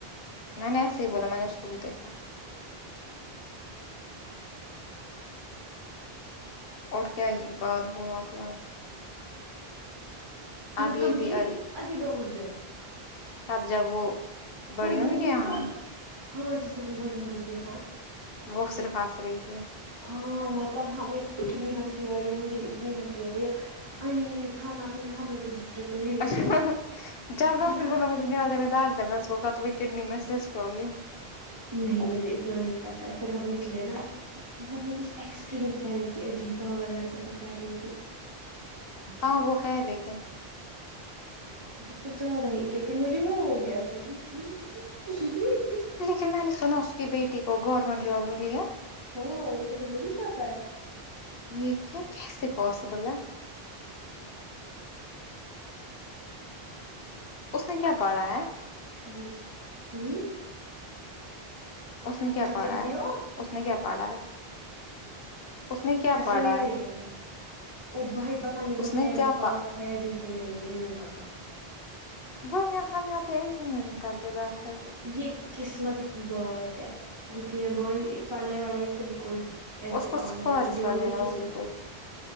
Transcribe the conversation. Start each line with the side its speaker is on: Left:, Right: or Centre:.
Left: میں نے ایسے ہی بولا میں نے اس کو بھی دیکھا اور کیا ہی بات بوم ت اب یہ
Right: تم بھی
Left: آئی
Right: ادیبہ اس دن
Left: اب جب وہ بڑیوں
Right: اس دن
Left: میں کیا
Right: بھی
Left: یہاں
Right: تم ہاں جس دن بڑی مما کے ہ
Left: وہ صرف ہنس رہی تھی
Right: ہاں مطلب ہمیں اتنی ہنسی آئی مجھے اتنی ہنسی آئی ہے آئی مین اس خاندان میں ہم لوگ ایک دوسرے کو دیکھ
Left: اچھا
Right: رہے
Left: جب نا
Right: پتا
Left: اس نے بولا مجھے میدہ میں درد ہے میں نے اس کو کہا تو کڈنی میں سسٹ ہوگی
Right: نہیں مجھے اتنا نہیں پتا ہے پھر ہم نکلے نا مطلب وہ کچھ ایکسٹریم لیول کی عجیب پاگل حرکتیں کر رہی تھی
Left: ہاں وہ ہے لیکن
Right: م تو کچھ زیادہ ہی لیکن مجھے وہ ہو گیا تھا کہ ت
Left: لیکن میں نے سنا اس کی بیٹی کو گورنمنٹ جاب ملی ہے
Right: ہاں اور کیا تو تمھیں نہیں پاتا ہے
Left: یہ کیا کیسے پاسبل ہے اس نے کیا پڑھا ہے
Right: ہوتا ہے ہوں
Left: اس نے
Right: کیا
Left: پڑھا
Right: کہہ
Left: ہے
Right: رہی ہو
Left: اس نے کیا پڑھا ہے اس نے کیا
Right: میں
Left: پڑھا
Right: سن ہی نہیں
Left: ہے
Right: رہی ہوں او بھائی پتا نہیں وہ
Left: اس نے
Right: ٹینتھ
Left: کیا
Right: پاس
Left: پ
Right: ہے بھی کہ نہیں مجھے نہیں پتا
Left: وہی نا ہم یہاں پہ انجینئرنگ کر کے بیٹھے تو
Right: یہ قسمت کی بات ہے ہوتی ہے بھائی پڑھائی وڑھائی کہیں کوئی ایسے
Left: اس کو
Right: کام
Left: سفارش
Right: نہیں آتی جو
Left: وغیرہ
Right: کہ
Left: ہوگی
Right: کس
Left: کچھ